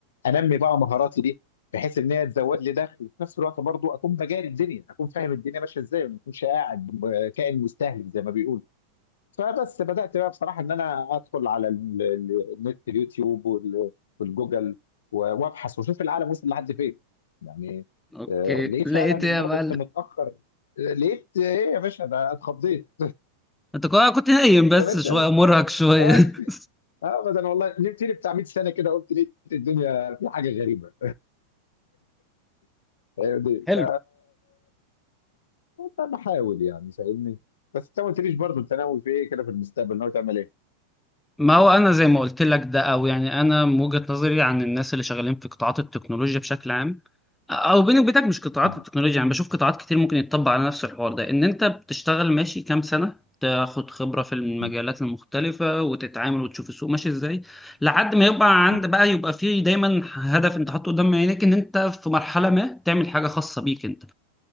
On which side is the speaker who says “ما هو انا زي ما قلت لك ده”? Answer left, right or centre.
Centre